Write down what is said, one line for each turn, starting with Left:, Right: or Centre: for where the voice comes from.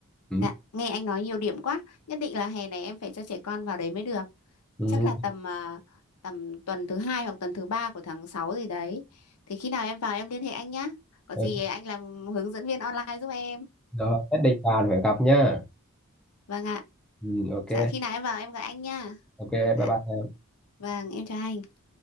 Centre: ừ.
Left: dạ, nghe anh nói nhiều điểm quá. Nhất định là hè này em phải cho trẻ con vào đấy mới được.
Centre: Ừ.
Left: chắc là tầm à, tầm tuần thứ hai hoặc tuần thứ ba của tháng 6 gì đấy thì khi nào em vào em liên hệ anh nhá có
Centre: Ừ.
Left: gì anh làm hướng dẫn viên online giúp em
Centre: Rồi, nhất định vào thì phải gặp nhá
Left: vâng ạ
Centre: ừ, ok
Left: dạ khi nào em vào em gọi anh nha
Centre: ok
Left: dạ
Centre: bye bye
Left: vâng em chào anh